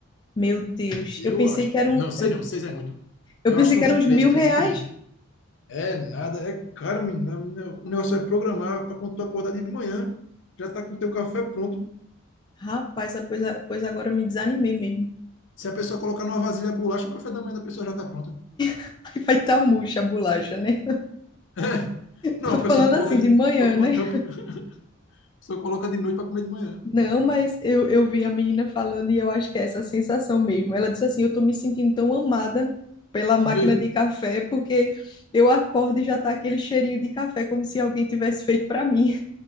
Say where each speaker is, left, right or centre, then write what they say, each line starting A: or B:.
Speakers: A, on the left; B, on the left.
A: Meu Deus,
B: Eu
A: eu pensei
B: acho.
A: que era um,
B: Não, sei não, 6 é muito.
A: Eu
B: Eu
A: pensei
B: acho que
A: que
B: uns
A: eram
B: 3,
A: uns mil
B: 3.500.
A: reais.
B: É nada, é caro, menina. menina, O negócio é programar para quando tu acordar de manhã, já tá com o teu café pronto.
A: Rapaz, ah, pois, a- pois agora me desanimei mesmo.
B: Se a pessoa colocar numa vasilha bolacha, o café da manhã da pessoa já tá pronto.
A: <laughs> Aí vai estar murcha a bolacha, né?
B: <laughs> Não,
A: Tô
B: a pessoa
A: falando
B: cobre,
A: assim
B: né?
A: de manhã,
B: Bota
A: né?
B: uma tampa. A pessoa coloca de noite para comer de manhã.
A: Não, mas eu, eu vi a menina falando e eu acho que é essa sensação mesmo. Ela disse assim: Eu tô me sentindo tão amada pela máquina
B: Vê.
A: de café, porque eu acordo e já tá aquele cheirinho de café, como se alguém tivesse feito pra mim.